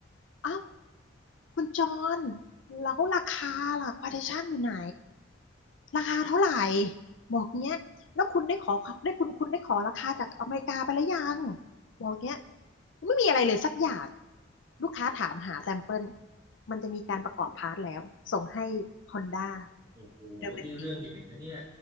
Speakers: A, on the left; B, on the right.
A: อ้าวคุณจอนแล้วราคาล่ะควอเทชั่นอยู่ไหนราคาเท่าไหร่บอกเนี้ยแล้วคุณได้ขอได้คุณคุณได้ขอราคาจากอเมริกาไปแล้วยังบอกเนี้ยไม่มีอะไรเลยสักอย่างลูกค้าถามหาแซมเปิลมันจะมีการประกอบพาร์ทแล้วส่งให้ Honda
B: โอ้โหนี่เรื่องใหญ่นะเนี่ย
A: เร็วๆ